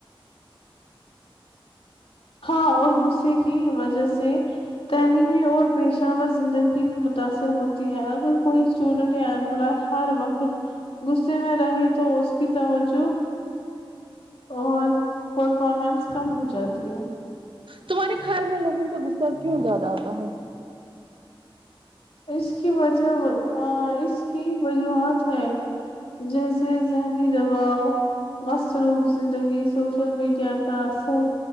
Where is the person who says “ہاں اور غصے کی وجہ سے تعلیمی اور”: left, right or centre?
Left